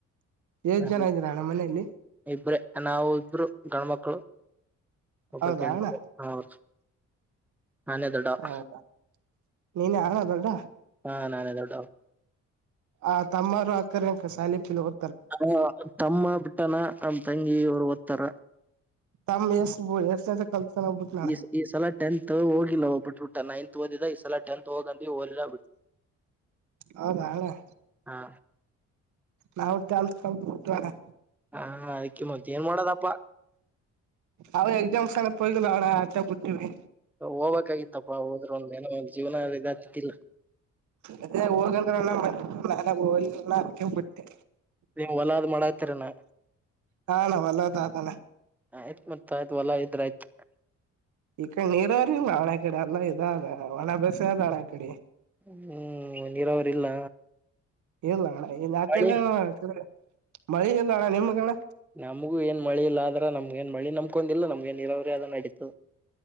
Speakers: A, on the right; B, in the centre.
A: ಎಷ್ಟ್
B: ಹ
A: ಜನ ಇದ್ದೀರ ಅಣ್ಣ ಮನೆಯಲ್ಲಿ
B: ಇಬ್ರೆ ನಾವು ಇಬ್ರು ಗಂಡ್ಮಕ್ಳು. ಒಬ್ಬಕಿ
A: ಹೌದಾ
B: ಹೆಣ್ಮಗಳು.
A: ಅಣ್ಣ
B: ಹೌದು ನಾನೆ ದೊಡ್ಡವಾ.
A: ಹೌದಾ ನೀನೇ ಅಣ್ಣ ದೊಡ್ಡ
B: ಹಾ ನಾನೇ ದೊಡ್ಡವ್.
A: ಆ ತಮ್ಮರು ಅಕ್ಕಾರು ಎಂಕ ಸಾಲಿಕಲಿ ಹೂ
B: ಹು ತಮ್ಮ ಬಿಟ್ಟಾನ ನಮ್ಮ ತಂಗಿ ಅವರು ಓದ್ತಾರ.
A: ತಮ್ಮ ಎಷ್ಟು ಬೋಳ ಎಷ್ಟತ. ಕಲ್ತಾನವಾ.
B: ಈ ಈ ಸಲಾ ಟೆಂತ್ ಹೋಗಿಲ್ಲಾ ಹೋಗ್ಬಿಟ್ಟಬಿಟ್ಟಾ ನೈನ್ತ್ ಓದಿದ ಈ ಸಲಾ ಟೆಂತ್ ಹೋಗಂದವಿ ಹೋಗ್ಲಿಲ್ಲಾ.
A: ಹೌದಾ ಅಣ್ಣಾ.
B: ಹಾ
A: ನಾವು ಟೆಂತ್ ಕಲ್ತ ಬಿಟ್ಟಿವಿ ಅಣ್ಣಾ.
B: ಹಾ ಅದಕ್ಕೆ ಮತ್ತ ಏನ್ ಮಾಡೋದಪ್ಪಾ.
A: ಅವ ಎಕ್ಸಾಮಸೆಲ್ಲಾ ಪೈಲುಅಣ್ಣಾ ಅದಕ್ಕ ಬಿಟ್ಟೇವಿ.
B: ಹೋಗ್ಬೇಕಾಗಿತ್ತಪ್ಪಾ ಹೋದ್ರ ಒಂದ್ ಏನೋ ಒಂದು ಜೀವನಾ ಇದ ಆಕಿತ್ತಿಲ್ಲ.
A: ಆದ್ರೆ ಹೋಗಂದ್ರಣ್ಣಾ ನಾನೆ ಹೋಗ್ಲಿಲ್ಲಣ್ಣಾ ನಾನೆಬಿಟ್ಟೆ.
B: ನೀವ ಹೊಲಾದ್ ಮಾಡಾತ್ತಿರೆನ.
A: ಹಾ ಅಣ್ಣಾ ಹೊಲಾದಾದನ್ನಾ.
B: ಆಯ್ತ ಮತ್ತ ಅದ ಹೊಲ ಇದ್ರ ಆಯ್ತ.
A: ಈ ಕಡೆ ನೀರಇರ್ಲಿಲ್ಲ ಅಣ್ಣಾ ಕಡೆ ಎಲ್ಲ ಇದ ಅದ ಒಣ ಬಸಾಯ ಅದ ಅಣ್ಣಾ ಕಡೆ.
B: ಹ್ಮ್ ನೀರಾವರಿ ಇಲ್ಲ
A: ಇಲ್ಲ ಅಣ್ಣಾ ಹಿಂಗಆಕ್ತಿದಿಲ್ಲಣ್ಣಾ
B: ಮಳಿ
A: ಈಕಡೆ. ಮಳಿ ಇಲ್ಲಣ್ಣ ನಿಮ್ಗಣ್ಣ.
B: ನಮಗು ಏನ ಮಳಿ ಇಲ್ಲಾ ಆದ್ರ ನಮ್ಗ ಏನ್ ಮಳಿ ನಂಬ್ಕೊಂಡಿಲ್ಲ ನಮ್ಮ ಏನ್ ನೀರಾವರಿ ಅದ ನಡೀತದ.